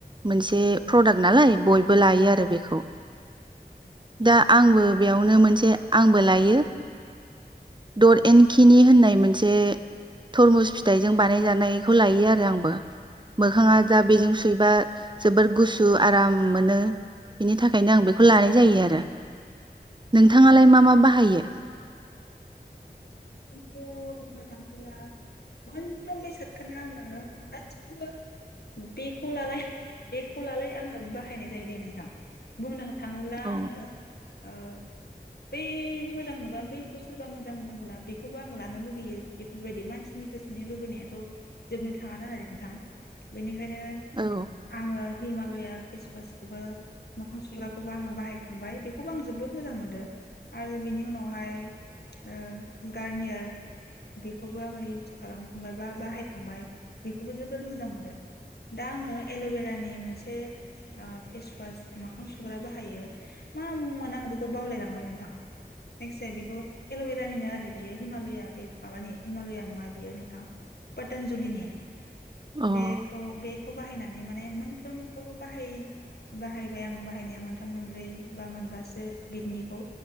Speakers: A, on the right; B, on the left.
A: मोनसे
B: औ
A: प्रडाक्ट नालाय बयबो लायो आरो
B: औ
A: बेखौ। दा आंबो बेयावनो मोन जे आंबो लायो। डर
B: औ
A: एनखिनि होनना बे मोनसे तरमुस फिथाइजों बानाय जानायखौ लायो आरो आंबो मोखाङा दा बेजों सुयोबा जोबोर गुसु आराम मोनो बिनि थाख थाखायनो आं बेखौ लानाय जायो आरो नोंथाङालाय मा मा बाहायो।
B: आंथ' बुंनो थाङोब्ला मोनफ्रोम बेसादखोनो आङो गासिखौबो बेखौलाय बेखौ लालाय आंनाबो बाहायनाय जायो दे नोंथां बुंनो थाङोब्ला
A: अ
B: आङो ओ। बै मोजां नुबा बैखौ सोरबा मोजां बुंला बेख खौबो आं लानो लुुगैयो बेफोरबायदि मानसिनि गोसोनि लुबैनायाथ' जोबनो थाङा नालाय नोंथां बेनिख ओंखायनो
A: औ
B: आङो। हिमालया फेसवासखौबो मोखां सुग्राखौबो आङो बाहायखांबाय बेखौबो आं जोबोद मोजां मोनदों आरो बिनि उनावहाय ओ। गारनियार बेखौबो आङो इउस खालामखांबाय बा बाहायखांबाय बेखौबो जोबोर मोजां मोनदो दा आङो एल'बेरानि मोनसे ओ फेसवास मोखां सुग्रा बाहायो मा मुंमोन आं बेखौ बावलायलांबाय नोंथां जायखि जाया बेखौ एल'बेरानिनो आरो बेयो हिमालया बे माबानि हिमालया नङा बियो नोंथां बाद। पोतानजुलिनि
A: अ
B: बेखौ बे खौ बाहायनानै माने मोनफ्रोमखौबो बाहाय बाहायबाय आं बाहायनाया मोनथाम मोनब्रै बा मोनबासो बिदनिखौ